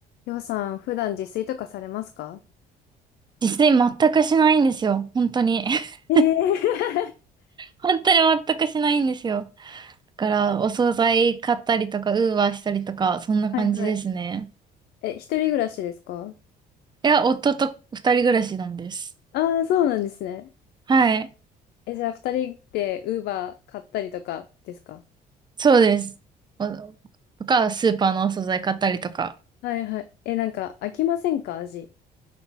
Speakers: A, on the left; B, on the right.
A: りょうさん、普段自炊とかされますか
B: 自炊全くしないんですよ。本当に。<laughs>
A: ええ <laughs>
B: 本当に全くしないんですよ。だから、お惣菜買ったりとか、ウーバーしたりとか、そんな感じですね。
A: はいはい。え、一人暮らしですか
B: いや、夫と二人暮らしなんです。
A: ああー、そうなんですね。
B: はい。
A: え、じゃあ二人でウーバー買ったりとかですか
B: そうです。おとか、スーパーのお惣菜買ったりとか。
A: はいはい。え、なんか飽きませんか味。